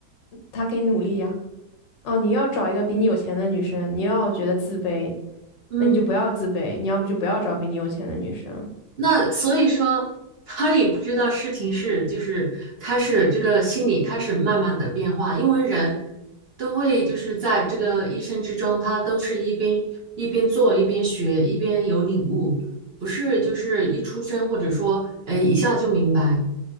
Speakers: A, on the left; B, on the right.
A: 他可以努力呀。哦，你要找一个比你有钱的女生，你要觉得自卑，
B: 嗯，
A: 那你就不要自卑，你要不就不要找比你有钱的女生。
B: 那所以说他也不知道事情是就是他是这个心理开始慢慢的变化，因为人都会就是在这个一生之中，他都是一边一边做一边学一边有领悟，不是就是一出生或者说哎一下就明白，